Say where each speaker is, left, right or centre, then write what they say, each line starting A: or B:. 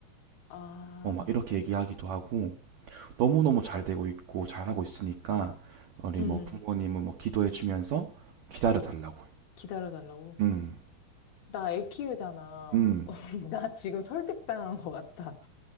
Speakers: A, on the left; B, on the right.
A: 아,
B: 어, 막 이렇게 얘기하기도 하고 너무너무 잘 되고 있고 잘하고 있으니까 우리
A: 응.
B: 뭐 부모님은 뭐 기도해주면서 기다려 달라고.
A: 기다려 달라고?
B: 음,
A: 나 애 키우잖아.
B: 음,
A: <laughs> 나 지금 설득당한 것 같다.